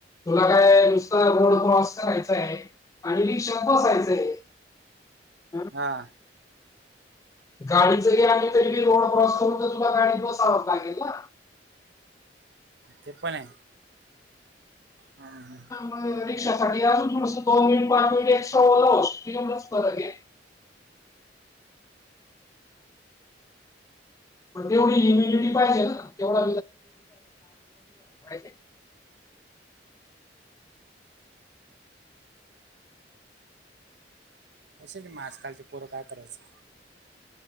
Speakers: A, on the left; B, on the right.
A: तुला काय नुसतं रोड क्रॉस करायचाय आणि रिक्षात बसायचंय. <inaudible>
B: हाआ
A: गाडी चं <unintelligible> रोडा क्रॉस करूनच तुला गाडी <unintelligible>
B: ते प्पणाय हं हं
A: पण मी रिक्षासाठी अजून थोडंसं दोन मिनिट पहात होतो त एक्स्ट्रा ओला होतो तुझ्यामुळंच तरगे तेवा इमेजीएटली पाहिजे ना? तेव्वा <unintelligible>
B: तसेच मग आजकालचे पोरं काय करायचं?